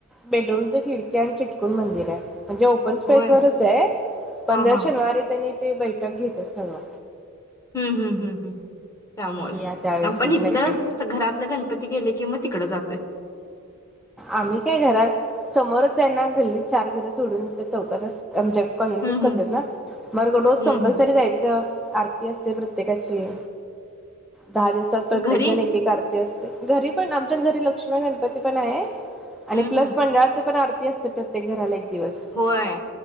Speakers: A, in the centre; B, on the left.
A: बेडरूमच्या खिडक्या अन चिटकुन मंदिर आहे म्हणजे ओपन स्पेस
B: होय
A: वरचे आहे
B: हा हा
A: शनिवारी त्यांनी ते बैठक घेतात सगळं.
B: हम्म हम्म हम्म हम्म. त्यामुळे
A: या त्यावेळेस
B: आपण
A: तुम्ही
B: इथलच
A: नक्की
B: घरातलं गणपति गेले की मग तिकड जातो. <inaudible>
A: आम्ही काय घरात समोरच आहे ना गल्लीत चार घर. सोडून त्या चौकात असत. आमच्यात कॉलनीतच
B: हम्म
A: करत्यात
B: हम्म
A: ना, मग रोज कंपल्सरी
B: हम्म हम्म
A: जायच? आरती असते प्रत्येकाची. दहा दिवसात प्रत्येक
B: घरी
A: जण एक एक आरती असते. घरी पण आमच्याच घरी लक्ष्मी पण आहे आणि
B: हम्म
A: प्लस
B: हम्म
A: मंडळाच पण आमच तेच तर प्रत्येक घराला एक. दिवस,
B: होय